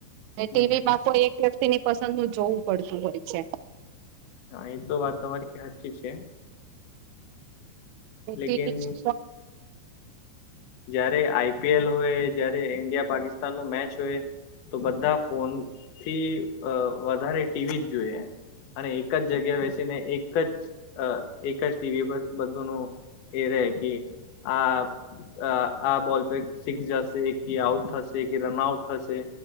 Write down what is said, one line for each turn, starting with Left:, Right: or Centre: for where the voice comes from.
Right: ને ટીવી
Left: હમ
Right: માં કોઈ એક વ્યક્તિની પસંદ નું જોવું પડતું હોય છે.
Left: હા એ તો વાત તમારી સાચી છે.
Right: ટીવી
Left: લેકિન જયારે આઈપીએલ હોય, જયારે ઈન્ડિયા પાકિસ્તાન નું મેચ હોય. તો બધા ફોનથી અ વધારે ટીવી જ જોઈએ અને એ કજ જગ્યા બેસીને એક જ અ એક જ ટીવી પર બધુંનું એ રેય કે આ આ આ બોલ પે સિક્સ જશે કે આઉટ થશે કે રનઆઉટ થશે